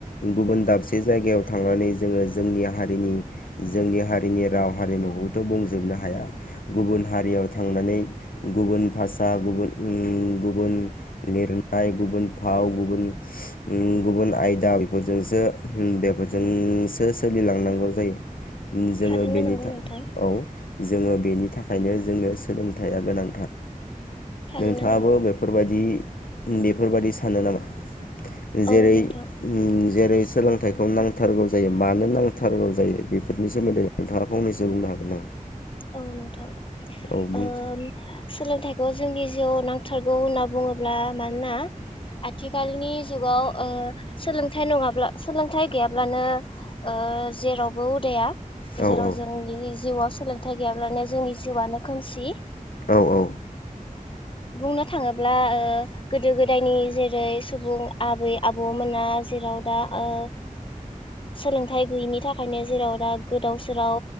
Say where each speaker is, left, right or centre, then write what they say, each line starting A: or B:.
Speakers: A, on the left; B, on the left.
A: गुबुन दाबसे जायगायाव थांनानै जोङो जोंनि हारिनि जोंनि हारिनि राव हारिमुखौथ' बुंजोबनो हाया गुबुन हारियाव थांनानै गुबुन भाषा गुबुन उम गुबुन लिर नाय गुबुन फाव गुबुन ओम गुबुन आयदा बिफोरजोंसो बेफोरजोंसो सोलिलांनांगौ जायो ओम जोङो
B: थारैनो
A: बेनि
B: नंगौ
A: था
B: नोंथां
A: औ जोङो बेनि था खायनो जोंनो सोलोंथाइआ गोनां
B: थारैनो
A: नोंथाङाबो
B: नंगौ
A: बेफोरबायदि बेफोरबादि सानो नामा जेरै
B: औ नोंथां
A: उम जेरै सोलोंथाइखौ नांथारगौ जायो मानो नांथारगौ जायो बेफोरनि सोमोन्दै नोंथाङा फंनैसो बुंनो हागोन नामा?
B: औ नोंथां
A: औ बुं
B: ओम सोलोंथाइखौ जोंनि जिउआव नांथारगौ होनना बुङोब्ला मानोना आथिखालनि जुगाव ओ सोलोंथाइ नङाब्ला सोलोंथाइ गैयाब्लानो ओ जेरावबो उदाया
A: औ
B: जेराव
A: औ
B: जोंनि जिउआव थाइ गैयाब्लानो जोंनि जिउआनो खोमसि
A: औ औ
B: बुंनो थाङोब्ला ओ गोदो गोदायनि जेरै सुबुं आबै आबौमोना जेराव दा ओ सोलोंथाइ गैयिनि थाखायनो जेराव दा गोदाव सोराव